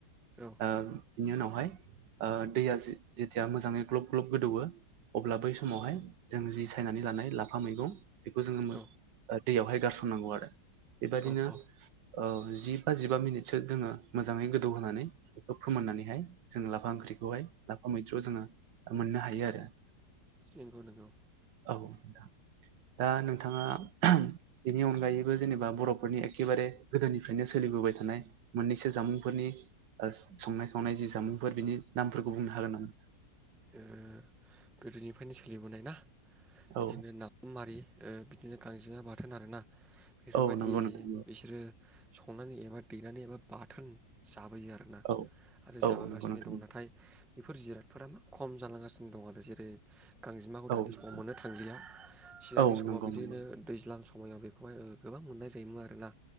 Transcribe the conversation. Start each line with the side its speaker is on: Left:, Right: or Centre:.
Centre: औ
Right: ओ बिनि उनावहाय ओ दैया जे-जेथिया मोजाङै ग्लब-ग्लब गोदौवो अब्ला बै समावहाय जों जि सायनानै लानाय लाफा मैगं बेखौ जोङो ओ
Centre: औ
Right: दैयावहाय गारसननांगौ आरो बेबादिनो
Centre: औ औ
Right: ओ जि बा जिबा मिनिटसो जोङो मोजाङै गोदौ होनानै बेखौ फोमोननानैहाय जों लाफा ओख्रि हाय लाफा मैद्रुआव जोङो मोननो हायो आरो
Centre: नंगौ नंगौ
Right: औ नोंथां दा नोंथाङा <inaudible> बेनि अनगायैबो जेनेबा बर'फोरनि एखेबारे गोदोनिफ्रायनो सोलिबोबाय थानाय मोननैसो जामुंफोरनि संनाय खावनाय जि जामुंफोर बिनि नामफोरखौ बुंनो हागोन नामा?
Centre: ओ गोदोनिफ्रायनो सोलिबोनाय ना बिदिनो
Right: औ
Centre: नाफामारि ओ बिदिनो गांजेमा बाथोन आरोना बेफोरबायदि
Right: औ नंगौ नोंथां
Centre: बिसोरो संनानै एबा दैनानै एबा बाथोन जाबोयो आरोना
Right: औ
Centre: आरो
Right: औ
Centre: जाबोगासिनो
Right: औ नंगौ नोंथां
Centre: दं नाथाय बेफोर जिरादफोरा खम जालांगासिनो दं आरो जेरै गांजेमाखौ
Right: औ
Centre: दानि समाव
Right: नोंथां
Centre: मोननो थांलिया सिगांनि
Right: औ
Centre: समाव
Right: नंगौ
Centre: बिदिनो
Right: नंगौ
Centre: दैज्लां समाव समायाव बेखौहाय गोबां मोननाय जायोमोन आरोना